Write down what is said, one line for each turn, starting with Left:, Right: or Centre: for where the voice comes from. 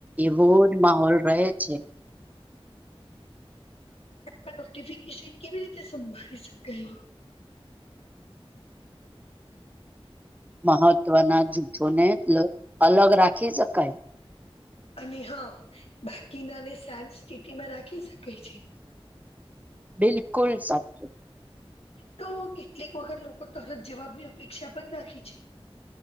Right: એવોજ માહોલ રહે છે.
Left: હવે નોટફિકેશન કેવી રીતે સંભાળી શકાય.
Right: મહત્વના જૂથોને અલગ અલગ રાખી શકાય.
Left: અને હહ બાકીના ને શાંત સ્થિતિમાં રાખી શકાય છે.
Right: બિલકુલ સાચું.
Left: તો કેટલીક વખત લોકો તરત જવાબની અપેક્ષા પણ રાખે છે.